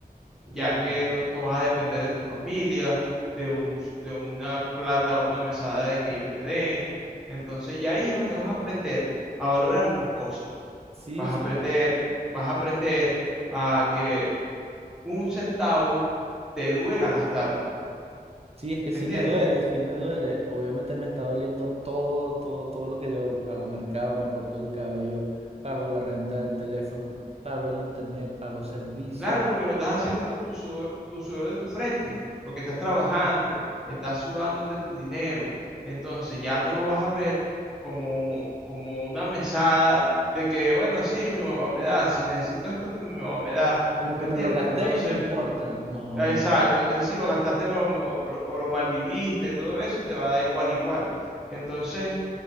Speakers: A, on the right; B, in the centre.
A: Claro.
B: ya que no, no vas a depender de tu familia, de un, s- de una plata o una mesada de que ellos te den, entonces ya ahí es donde vas a aprender a valorar tus cosas.
A: Sí,
B: Vas
A: sí,
B: a aprender, vas a aprender a que un centavo te duela gastarlo.
A: Sí, es que sí
B: ¿Me entiendes?
A: me duele, sí me duele. Obviamente me está doliendo todo, todo, todo lo que yo hago mercado, me corto el cabello, pago la renta del teléfono, pago el internet, pago servicios.
B: Claro, porque lo estás haciendo con tu sudor, tu sudor de tu frente, porque estás trabajando, estás sudándote tu dinero. Entonces ya no lo vas a ver como, como una mesada de que, bueno, sí, mi mamá me da, si necesito esto, mi, mi mamá me da.
A: Como
B: ¿Me
A: que
B: entiendes?
A: me lo gasté
B: Entonces,
A: y no importa. No,
B: ah,
A: no.
B: exacto. Entonces, si lo gastaste o lo, o lo- o lo malviviste, todo eso te va a dar igual, igual. Entonces,